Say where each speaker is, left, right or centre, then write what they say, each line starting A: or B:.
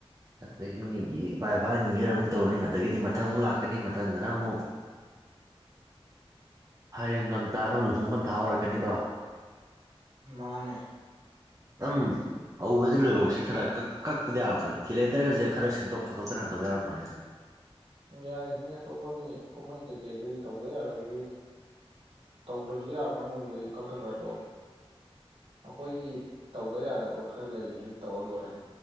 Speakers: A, on the right (about 30°); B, on the right (about 65°).
A: ꯑꯦꯗꯥꯒꯤ ꯃꯤ <unintelligible> <unintelligible> ꯑꯃꯨꯛ ꯇꯧꯔꯅꯤ ꯑꯗꯒꯤꯗꯤ ꯃꯠ ꯃꯊꯪ ꯑꯃꯨꯛ ꯂꯥꯛꯀꯅꯤ ꯃꯊꯪꯗꯅ ꯑꯃꯨꯛ ꯍꯔꯦꯟ ꯂꯝ ꯄꯟꯊꯥ ꯑꯃꯨꯛ ꯑꯣꯏꯔꯛꯀꯅꯤꯗꯣ
B: ꯃꯥꯅꯦ
A: ꯑꯗꯨꯝ ꯑꯧꯕꯗꯩꯩ ꯂꯣꯏꯕꯣꯛꯁꯤ ꯈꯔ ꯀꯛꯄꯗ ꯌꯥꯔꯛꯄꯅꯤ ꯀꯦꯂꯦꯟꯗꯔꯒꯁꯦ ꯈꯔ ꯁꯦꯝꯗꯣꯛ ꯈꯣꯠꯇꯣꯛꯇꯅ ꯇꯧꯕ ꯌꯥꯎꯔꯛꯄꯅꯤꯗ
B: ꯌꯥꯏ ꯃꯤ ꯑꯇꯣꯞꯄꯒꯤ ꯀꯨꯝꯍꯩ ꯀꯩꯀꯩꯗꯨꯗꯤ ꯇꯧꯗ ꯌꯥꯗꯕꯗꯨ ꯇꯧꯗ꯭ꯔꯁꯨ ꯌꯥꯕ ꯀꯥꯡꯕꯨꯗꯨꯗꯤ ꯀꯛꯊ ꯈꯔ ꯂꯣꯏꯅꯤ ꯑꯩꯈꯣꯏꯒꯤ ꯇꯧꯗ ꯌꯥꯗꯕ ꯈꯔ ꯂꯩꯔꯤꯁꯤꯁꯨ ꯇꯧꯔ ꯂꯣꯏꯅꯤ